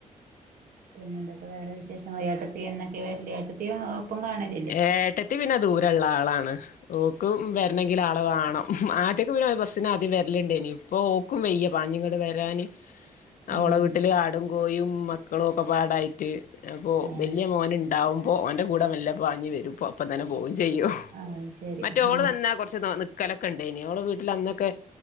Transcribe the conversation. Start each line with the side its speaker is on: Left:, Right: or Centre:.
Right: പിന്നെ എന്തൊക്കെ വേറെ വിശേഷങ്ങ ഏട്ടത്തിഎന്നൊക്കെ വല്യയേട്ടത്തിയെ ഒപ്പം കാണ
Left: ഏട്ടത്തി പിന്നെ ദൂരള്ള ആളാണ് ഓക്കും വരണെങ്കിൽ ആള് വേണം ആ ഒറ്റക്ക് ബസ്സിന് ആദ്യം വരലുണ്ടാന് ഇപ്പം ഓക്കും വയ്യ പാഞ്ഞുങ്ങൂടെ വരാന് അവളെ
Right: ഉം
Left: വീട്ടില് ആടും കോഴിയും മക്കളും ഒക്കെ പാടായിട്ട് അപ്പോ
Right: ഏഹ്
Left: വലിയ മോനുണ്ടാവും ഓൻ്റെ കൂടെ വല്ല പാഞ്ഞ് വരും പ്പ അപ്പൊ തന്നെ പോകും ചെയ്യും
Right: അത് ശരി
Left: മറ്റ ഓള്
Right: ഉം
Left: തന്നെ കുറച്ച് ത നിർ നിക്കലൊക്ക ഉണ്ടേന്നു ഓള്ടെ വീട്ടിൽ അന്നൊക്കെ